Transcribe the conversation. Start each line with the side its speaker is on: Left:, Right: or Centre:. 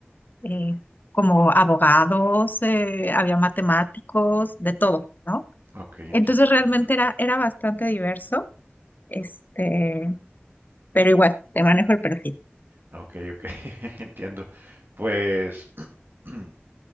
Left: eh, como abogados, eh, había matemáticos, de todo, ¿no?
Right: Ok, entiendo,
Left: Entonces
Right: sí,
Left: realmente
Right: claro.
Left: era, era bastante diverso. Este, pero igual, te manejo el perfil.
Right: Ok, ok, <laughs> entiendo. Pues, <clears throat>